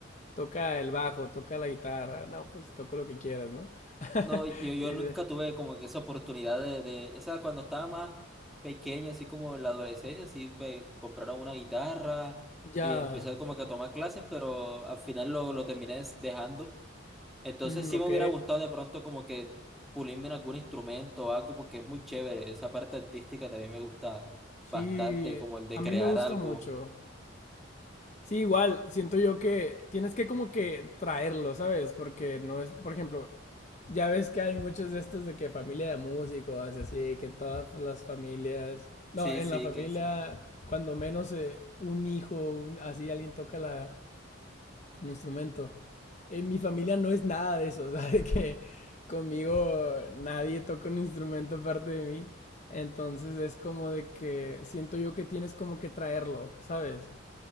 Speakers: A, on the left; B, in the centre.
A: toca el bajo, toca la guitarra, no, pues toco lo que quieras, ¿no? <laughs>
B: No, yo, yo
A: Y dice,
B: nunca tuve como que esa oportunidad de, de, esa cuando estaba más pequeño, así como en la adolescencia, así me compraron una guitarra
A: ya,
B: y empecé como que a tomar clases, pero al final lo, lo terminé des- dejando. Entonces
A: mm,
B: sí
A: ok,
B: me hubiera gustado de pronto como que pulirme en algún instrumento o algo, porque es muy chévere, esa parte artística también me gusta
A: sí,
B: bastante, como el de
A: a mí
B: crear
A: me gusta
B: algo.
A: mucho. Sí, igual, siento yo que tienes que como que traerlo, ¿sabes? Porque no es, por ejemplo, ya ves que hay muchos de estos de que familia de músicos y así, que en todas las familias, no,
B: Sí,
A: en
B: sí,
A: la familia,
B: que sí.
A: cuando menos eh, un hijo, un- así alguien toca la, un instrumento. En mi familia no es nada de eso, <laughs> ¿sabes? De Que conmigo nadie toca un instrumento aparte de mí. Entonces es como de que siento yo que tienes como que traerlo, ¿sabes?